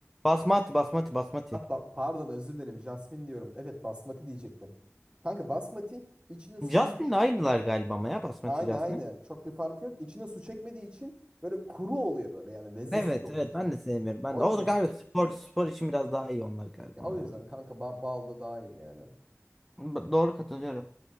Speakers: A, in the centre; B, on the right.
A: Basmati, basmati, basmati.
B: Ah, pa- pardon özür dilerim Jasmin diyorum. Evet basmati diyecektim. Kanka basmati içine su
A: Jasmine'le
B: mu? ç-
A: aynılar galiba ama ya basmati,
B: Aynı
A: Jasmine.
B: aynı. Çok bir fark yok. İçine su çekmediği için böyle kuru oluyor böyle yani lezzetsiz
A: Evet
B: oluyor
A: evet
B: çok.
A: ben de sevmiyorum. Ben
B: O
A: de.
B: yüzden.
A: O da galiba spor spor için biraz daha iyi onlar galiba
B: Ya o
A: onlar.
B: yüzden kanka ba balda daha iyi yani.
A: B- Doğru katılıyorum.